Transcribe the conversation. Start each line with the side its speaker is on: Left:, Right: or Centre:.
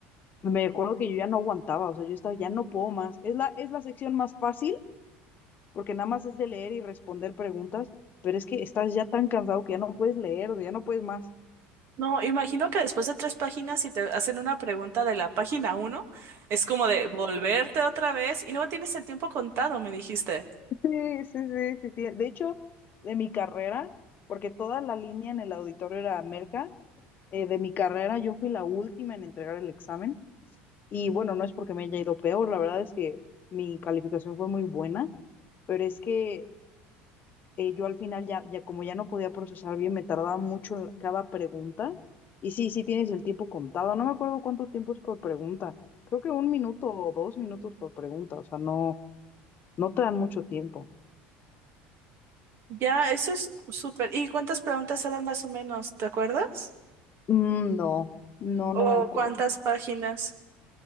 Left: me acuerdo que yo ya no aguantaba, o sea, yo estaba, ya no puedo más. Es la, es la sección más fácil porque nada más es de leer y responder preguntas, pero es que estás ya tan cansado que ya no puedes leer, ya no puedes más.
Right: No, imagino que después de tres páginas, si te hacen una pregunta de la página uno, es como de volverte otra vez y luego tienes el tiempo contado, me dijiste.
Left: Sí, sí, sí, sí, sí. De hecho, de mi carrera, porque toda la línea en el auditorio era Merca, eh, de mi carrera yo fui la última en entregar el examen y bueno, no es porque me haya ido peor, la verdad es que mi calificación fue muy buena, pero es que eh, yo al final ya, ya como ya no podía procesar bien, me tardaba mucho en la- cada pregunta. Y sí, sí tienes el tiempo contado. No me acuerdo cuánto tiempo es por pregunta. Creo que un minuto o dos minutos por pregunta. O sea, no, no te dan mucho tiempo.
Right: Ya, eso es súper. ¿Y cuántas preguntas eran más o menos? ¿Te acuerdas?
Left: Mm, No, no,
Right: ¿O
Left: no me acuerdo.
Right: cuántas páginas?